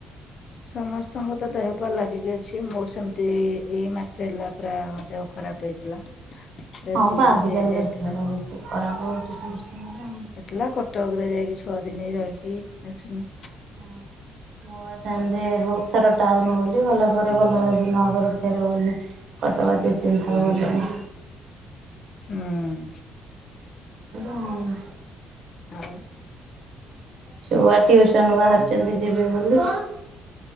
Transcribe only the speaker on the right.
ହଁ
ପା ଆଜିକାଲି
ବା ଦେହ ଟା ଖରାପ ବେଶୀ ଖରାପ ହଉଛି ସମସ୍ତିଙ୍କର।
ହୁଁ। ମୁଁ ସେମିତି ବହୁତ ଥର ଟାଉନ ଗଲି ଗଲା ପରେ ଭଲ ନହେବାରୁ ଫେରେ ଗଲି। କଟବ ଦି ତିନ ଥର ଗଲିଣି।
<unintelligible>
ଛୁଆ ଟ୍ୟୁସନ ବାହାରିଛନ୍ତି ଯିବେ ବୋଲି।